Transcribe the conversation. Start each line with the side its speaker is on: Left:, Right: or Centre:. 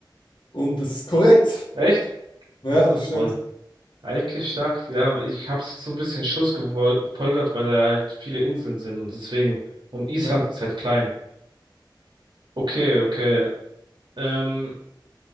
Left: Und das ist korrekt.
Right: Echt?
Left: Ja,
Right: Ja,
Left: das stimmt.
Right: voll. Eigentlich stark. Ja, ich hab's so ein bisschen Schuss gefolgert, weil da halt viele Inseln sind und deswegen. Und Island
Left: Ja.
Right: ist halt klein. Okay, okay. Ähm,